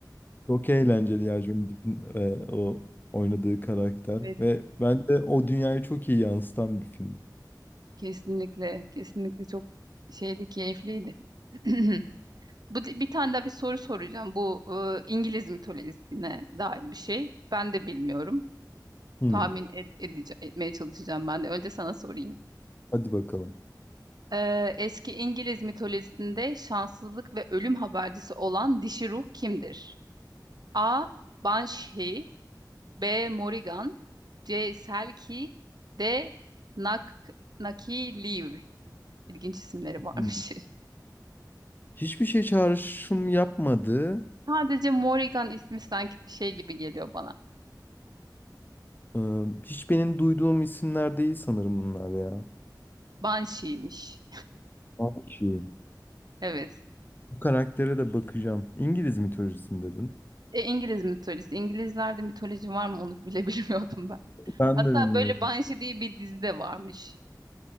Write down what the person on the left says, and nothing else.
çok eğlenceli ya Johnny Depp'in e, o oynadığı karakter
ve bence o dünyayı çok iyi yansıtan bir film.
Hmm,
hadi bakalım.
Hmm. Hiçbir şey çağrışım yapmadı.
Ee, hiç benim duyduğum isimler değil sanırım bunlar ya.
Banshee.
Bu karaktere de bakacağım. İngiliz mitolojisi mi dedin?
Ben
de bilmiyorum.